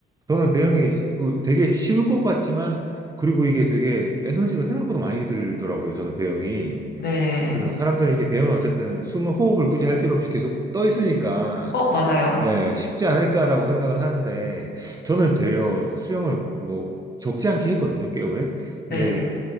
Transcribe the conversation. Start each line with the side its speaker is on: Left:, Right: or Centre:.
Right: 저는 배영이 그 되게 쉬울 것 같지만, 그리고 이게 되게 에너지가 생각보다 많이 들더라고요, 저는 배영이.
Left: 네.
Right: 그래서 사람들이 이게 배영은 어쨌든 숨을 호흡을 굳이 할 필요 없이 계속 떠 있으니까,
Left: 어, 맞아요.
Right: 예, 쉽지 않을까라고 생각을 하는데, 저는 되려 수영을 뭐 적지 않게 했거든요, 꽤 오래.
Left: 네.
Right: 근데,